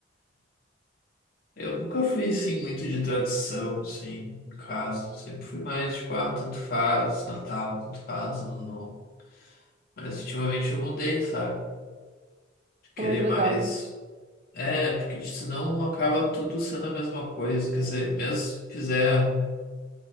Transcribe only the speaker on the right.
É mais legal,
né?